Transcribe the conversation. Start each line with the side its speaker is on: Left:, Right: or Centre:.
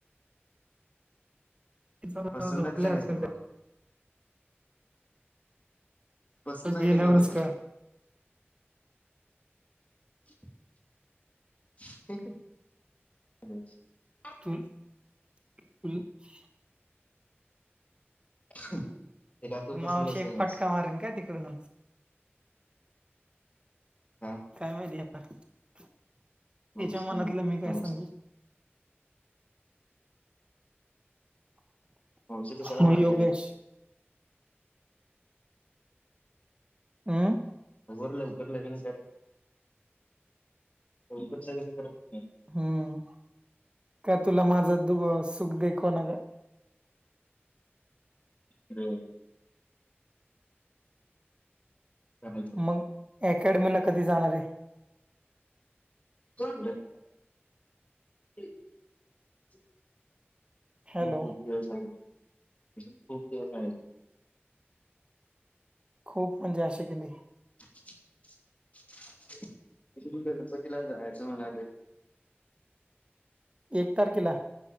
Right: तिथं
Left: पसंदचं
Right: झोपल्या
Left: हांय
Right: असतील
Left: तुला. पसंद
Right: त्या
Left: आहे
Right: गेल्यावरच
Left: की नाहीं तुला?
Right: कळल
Left: <unintelligible>
Right: <unintelligible>
Left: <unintelligible> तिला तू पसंत
Right: मावशी
Left: आहेस
Right: एक,
Left: का नाहीस
Right: फटकां मारिन काय तीकडन?
Left: हम्मं.
Right: कायं माहिती आता, तिच्यां
Left: मावशी
Right: मनातलं
Left: नाही
Right: मी
Left: मावशी
Right: कायं सांगू?
Left: नाही आमच्या तिथं
Right: मग
Left: मारती
Right: योगेश
Left: लई.
Right: हम्मं.
Left: लवकर लग्नं कर, लवकर लग्नं कर म्हटलं.
Right: हम्मं, कां तुला माझं दु -सुख देखवना गं.
Left: हम्मं. करायचं
Right: मगं, अकॅडमीला कधीं जाणारं हेय?
Left: कोण आणलाय? <unintelligible>
Right: हॅलो
Left: आणि खूंप दिवस आहे, खूंप दिवस आहेत.
Right: खूंप म्हणजे अशी किती?
Left: <unintelligible> तरी पण गणपतीलां जायचं म्हणालोय.
Right: एक तारखीला?